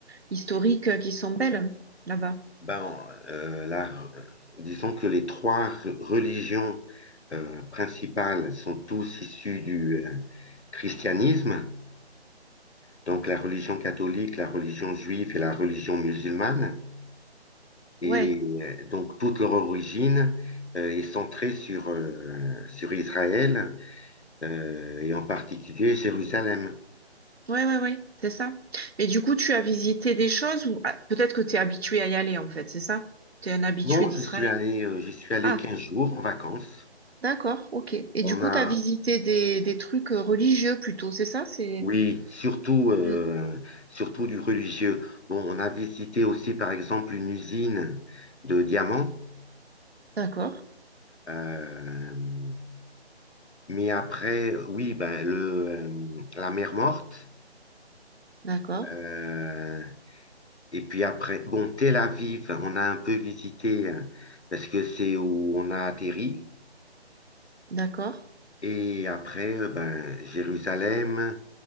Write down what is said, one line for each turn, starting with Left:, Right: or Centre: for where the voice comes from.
Right: historiques euh, qui sont belles là-bas.
Left: ben, euh, la- euh, disons que les trois re- religions euh, principales sont tous issues du euh, christianisme, donc la religion catholique, la religion juive et la religion musulmane. Et
Right: Ouais,
Left: euh, donc toute leur origine euh, est centrée sur, euh, sur Israël euh, et en particulier Jérusalem.
Right: ouais, ouais, ouais, c'est ça. Mais du coup, tu as visité des choses ou ah, peut-être que tu es habitué à y aller en fait, c'est ça? Tu es un habitué
Left: Non,
Right: d'Israël.
Left: j'y suis allé, euh, j'y suis allé
Right: Ah,
Left: 15 jours en vacances.
Right: d'accord, ok. Et du
Left: On
Right: coup,
Left: a,
Right: tu as visité des, des trucs euh, religieux plutôt, c'est ça? C'est
Left: oui, surtout, euh,
Right: Hmm.
Left: surtout du religieux. Bon, on a visité aussi, par exemple, une usine de diamants.
Right: D'accord,
Left: Euh, mais après, oui, ben, le, euh, la mer Morte.
Right: d'accord,
Left: euh, et puis après, bon, Tel Aviv, on a un peu visité euh, parce que c'est où on a atterri.
Right: d'accord,
Left: Et après, euh, ben, Jérusalem,